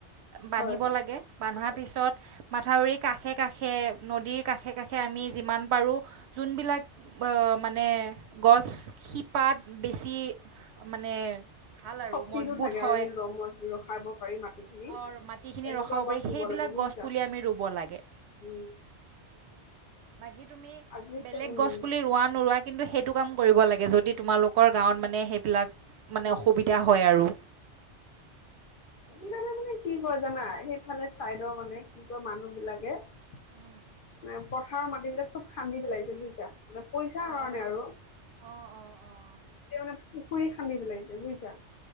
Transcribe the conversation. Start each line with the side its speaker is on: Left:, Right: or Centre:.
Right: বান্ধিব
Left: হয়
Right: লাগে, বান্ধাৰ
Left: হয়
Right: পিছত মাথাউৰি কাষে কাষে নদীৰ কাষে কাষে আমি যিমান পাৰোঁ যোনবিলাক বা মানে গছ শিপাত বেছি মানে ভাল আৰু
Left: শক্তিটো
Right: মজবুত
Left: থাকে
Right: হয়
Left: আৰু সেইটো ৰং মচ ৰখাব পাৰি মাটিখিনি,
Right: অৰ মাটিখিনি
Left: এনেকুৱা
Right: ৰখাব
Left: গছ
Right: পাৰি
Left: ৰুব
Right: সেইবিলাক
Left: লাগে বুজিছা।
Right: গছপুলি আমি ৰুব লাগে
Left: উম।
Right: বাকী তুমি
Left: আজি
Right: বেলেগ
Left: উম
Right: গছ পুলি ৰুৱা নোৰুৱা কিন্তু সেইটো কাম কৰিব লাগে যদি তোমালোক কৰ গাঁৱত মানে সেইবিলাক মানে
Left: উম
Right: অসুবিধা হয় আৰু।
Left: আজিকালি
Right: সেইটোৱে
Left: মানে কি কয় জানা সেইফালে চাইডৰ মানে কি কয় মানুহ বিলাকে মানে
Right: উম।
Left: পথাৰৰ মাটিবিলাক চব খান্দি পেলাইছে বুজিছা। মানে পইচাৰ
Right: অ',
Left: কাৰণে আৰু
Right: অ', অ', অ',
Left: মানে পুখুৰী খান্দি পেলাইছে বুজিছা,